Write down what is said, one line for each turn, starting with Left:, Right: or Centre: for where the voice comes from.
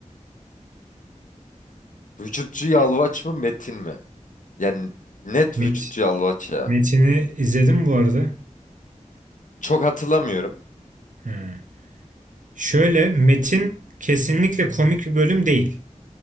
Left: Vücutçu Yalvaç mı Metin mi? Yani net vücutçu
Right: Met
Left: Yalvaç ya.
Right: Metin'i izledim bu arada.
Left: Çok hatırlamıyorum.
Right: Hı. Şöyle Metin kesinlikle komik bir bölüm değil.